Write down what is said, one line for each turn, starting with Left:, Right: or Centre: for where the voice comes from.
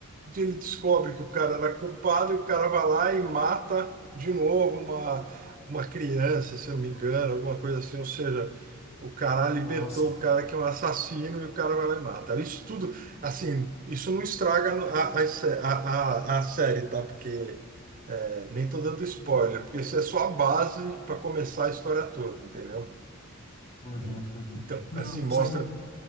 Right: ele descobre que o cara era culpado e o cara vai lá e mata de novo uma, uma criança, se eu não me engano, alguma coisa assim, ou seja, o cara libertou
Left: Nossa.
Right: o cara que é um assassino e o cara vai lá e mata. Isso tudo, assim, isso não estraga a, a, a, a a série, tá? Porque é, nem tô dando spoiler, porque isso é só a base para começar a história toda, entendeu?
Left: Uhum,
Right: E,
Left: uhum.
Right: então,
Left: Não,
Right: assim, mostra
Left: essa aí não.